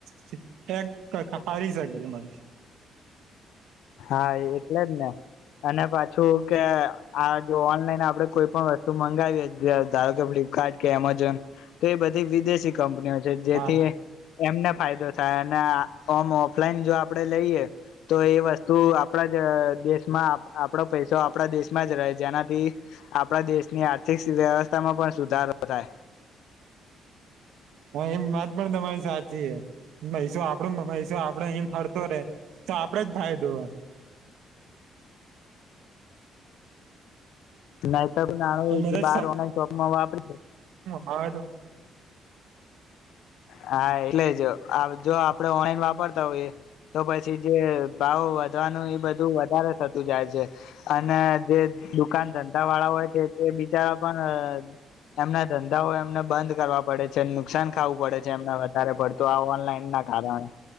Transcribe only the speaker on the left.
હા એટલે જ ને અને પાછું કે આ જો ઓનલાઈન આપણેે કોઈ પણ વસ્તુ મંગાવીએ ધારો કે ફ્લિપકાર્ટ કે એમેઝોન તો એ બધી વિદેશી કંપનીઓ જે જેથી
એમને ફાયદો થાય. અને ઓમ ઓફલાઈન જો આપડે લઈએ તો એ વસ્તુ તુ આપણા જ દેશમાં આપડો પૈસો આપડા દેશમાં જ રહે. જેનાથી આપણા દેશની આર્થિક વ્યવસ્થામાં પણ સુધારો થાય.
નાહી તોર નાનું
જે બાર ઓનલાઈન શોપમાં વાપરી
હા એટલે જ જો આપડે ઓનલાઈન વાપરતા હોઈએ તો પછી જે ભાવ વધવાનું એ બધું વધારે થતું જાય છે. અને જે દુકાન ધંધા વાળા હોય છે. તે બિચારા પણ એમના ધંધાઓ એમને બંધ કરવા પડે છે. નુકસાન ખાવું પડે છે. એમને વધારે પડ તો આ ઓનલાઈન ના કારણે.